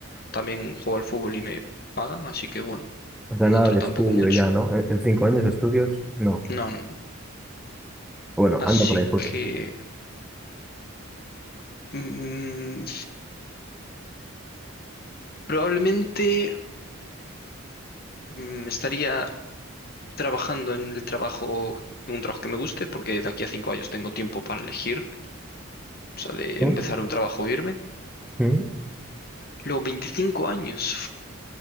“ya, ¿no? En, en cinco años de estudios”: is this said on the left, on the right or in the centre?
Centre